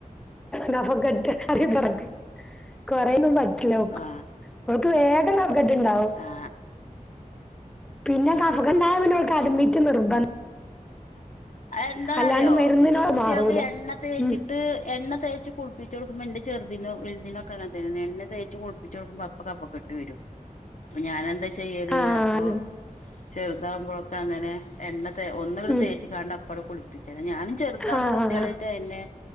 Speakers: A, in the centre; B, on the left.
A: ഗഫക്കെട്ട് അ തുറക്ക കൊറയന്നും പ കിനോക്ക്
B: ആ
A: അവക്ക് വേഗം കഫക്കെട്ടുണ്ടാവും.
B: ആ
A: പിന്നെ കഫഗാവിനോ
B: ആ ആ
A: അഡമിറ്റ് നിർബ
B: എന്താന്നറിയോ
A: അല്ലാണ്ട് മരുന്നിനോട്
B: ഈ കുട്ടികൾക്ക്
A: മാറൂല
B: എണ്ണ തേച്ചിട്ട്
A: ഉം
B: എണ്ണ തേച്ച് കുൾ ളിപ്പിച്ചോടുക്കുമ്പോ എന്റെ ചെറുതിനും വലുതിനോക്കെ അങ്ങനെ തന്നെ എന്നെ തേച്ച് കുിപ്പിച്ച കൊടുക്കുമ്പ അപ്പ കഫകെട്ട് വരും. അപ്പൊ ഞാൻ എന്താ ചെയ്യല്
A: ആ
B: അപ്പൊ ചെർതാവുമ്പളൊക്കങ്ങനെ എണ്ണ തെ ഒന്ന്ങ്ങട്
A: ഉം
B: തേച്ച്കാണ്ട് അപ്പട് കുളിപ്പിക്കാന ഞാന്. ചെറുതാപ്പൊ
A: ആഹ്
B: കുട്ടികളായിട്ട്
A: ആഹ്
B: അതന്നെ